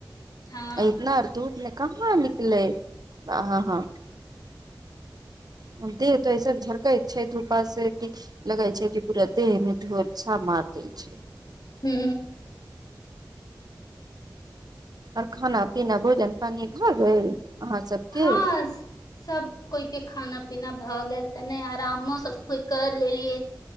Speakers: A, on the left; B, on the right.
A: हँ
B: ऐतना धुप मे कहाँ निकलै आ हँ दे त ऐसन झरकै कहै छै धूपा से कि लगै छै कि पूरा देह में ढोलछा मार दै छै
A: हू
B: आर खाना पीना भोजन पानि भए गेल अहाँ सबके
A: हँ सब कोइ के खाना पीना भऽ गेल त आरामो सब कर लेलिय